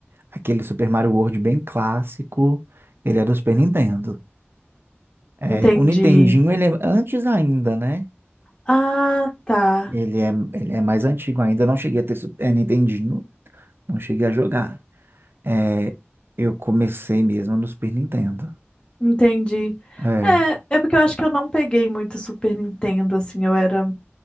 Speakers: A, on the right; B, on the left.
A: aquele Super Mario World bem clássico. Ele é do Super Nintendo. É,
B: Entendi.
A: o Nintendinho, ele é antes ainda, né?
B: Ah, tá.
A: Ele é, ele é mais antigo ainda. Eu não cheguei a ter Super Nintendinho, não cheguei a jogar. É, eu comecei mesmo no Super Nintendo.
B: Entendi.
A: É.
B: É, é porque eu acho que eu não peguei muito Super Nintendo, assim, eu era,